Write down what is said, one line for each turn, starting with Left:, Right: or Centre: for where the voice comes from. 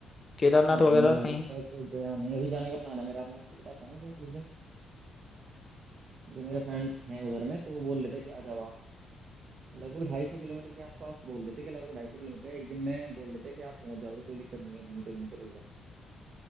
Left: केदारनाथ
Right: नहीं सर
Left: वगैरह
Right: मैं
Left: कहीं
Right: अभी तक गया नहीं अभी जाने का प्लान है मेरा मैं आपको बता रहा हूँ सर उस दिन जो मेरे फ्रेंड्स हैं उधर में तो वो बोल लेते कि आ जाओ आप लगभग ढाई सौ किलोमीटर के आसपास बोल लेते कि लगभग ढाई सौ किलोमीटर है। एक दिन में बोल लेते कि आप पहुंच जाओगे कोई दिक्कत नहीं है घूमते घूमते बढ़िया